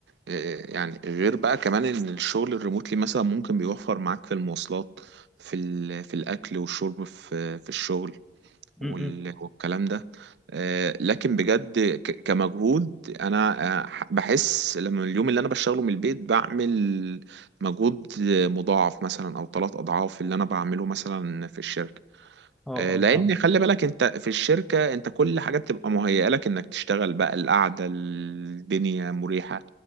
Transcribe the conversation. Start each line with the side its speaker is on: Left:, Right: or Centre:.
Right: آه، يعني غير بقى كمان ان الشغل الريموتلي مثلا ممكن بيوفر معاك في المواصلات في ال- في الاكل والشرب في في الشغل
Centre: م-م.
Right: وال- والكلام ده آه، لكن بجد ك- كمجهود انا آه، بحس لما اليوم اللي انا بشتغله من البيت بعمل مجهود مضاعف مثلا او ثلاث اضعاف اللي انا بعمله مثلا في الشركه
Centre: اه
Right: آه،
Centre: اه
Right: لان
Centre: فاهم
Right: خلي بالك انت في الشركه انت كل حاجه بتبقى مهيئه لك انك تشتغل بقى القعده الدنيا مريحه